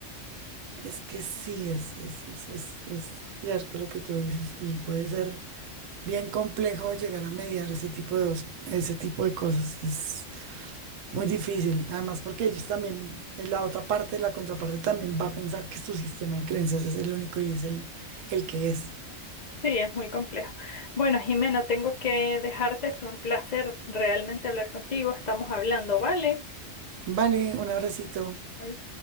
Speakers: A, on the right; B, on the left.
A: Es que sí, es, es, es, es, es cierto lo que tú dices y puede ser bien complejo llegar a mediar ese tipo de, dos- ese tipo de cosas. Es muy difícil. Además, porque ellos también, eh, la otra parte, la contraparte también va a pensar que su sistema de creencias es el único y es el, el que es.
B: Sí, es muy complejo. Bueno, Jimena, tengo que dejarte, fue un placer realmente hablar contigo, estamos hablando, ¿vale?
A: Vale, un abracito.
B: Bye.